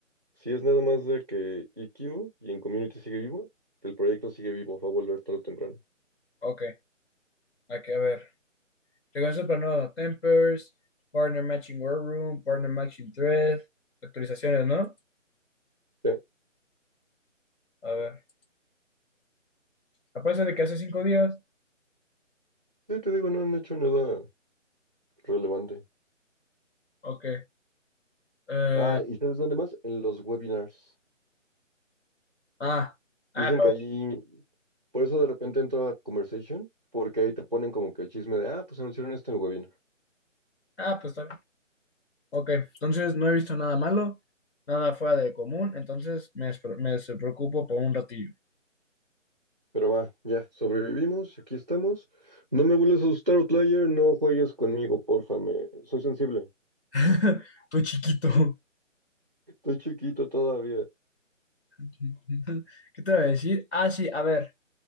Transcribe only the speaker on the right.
Si es nada más de que EQ y en community sigue vivo, el proyecto sigue vivo, va a volver tarde o temprano.
Sí,
sí, te digo, no han hecho nada relevante.
Ah, ¿y sabes dónde más? En los webinars.
Dicen
que allí Por eso de repente entro a Conversation, porque ahí te ponen como que el chisme de, ah, pues anunciaron esto en el webinar.
Pero va, ya, sobrevivimos, aquí estamos. No me vuelvas a asustar, Outlier, no juegues conmigo, porfa, me... soy sensible.
Estoy chiquito todavía.